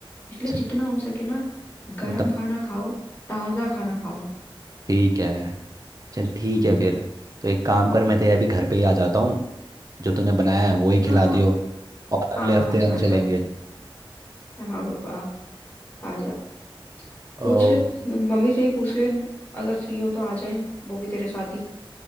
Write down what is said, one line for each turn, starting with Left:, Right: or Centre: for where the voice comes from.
Left: इसलिए
Right: चल
Left: जितना हो सके ना गरम
Right: उतन
Left: खाना खाओ ताजा खाना खाओ
Right: ठीक है चल ठीक
Left: हम्म
Right: है फिर तो एक काम कर मैं तेरे अभी घर पे ही आ जाता हूँ जो तूने बनाया
Left: हम्म
Right: है वही खिला
Left: हाँ
Right: दियो और अगले
Left: हाँ हाँ,
Right: हफ्ते
Left: आजा
Right: हम
Left: आजा
Right: चलेंगे
Left: हाँ पापा आजा पूछ
Right: ओ
Left: ले मम्मी से ही पूछ ले अगर फ्री हो तो आ जाए वो भी तेरे साथ ही